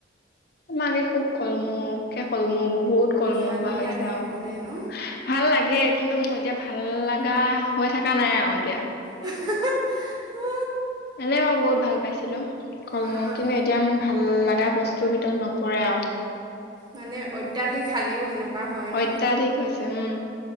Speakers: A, on the left; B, on the right.
A: মানে খুব কলমৌকে কলমৌ বহুত কলমৌ
B: ভালো
A: খোৱা হৈছে
B: লাগে
A: আৰু।
B: আকৌ দে ন
A: ভাল লাগে কিন্তু মোৰ এতিয়া ভাল লাগা হৈ থকা নাই আউ
B: হে-হে-হে উ
A: এনে মই বহুত ভাল পাইছিলোঁ কলমৌ
B: অঁ
A: কিন্তু এতিয়া মোৰ ভাল লাগা বস্তুৰ ভিতৰত নপৰে আউ।
B: মানে অত্যাধিক খালেও সেনেকুৱা হয় ন।
A: অত্যাধিক হৈছে উম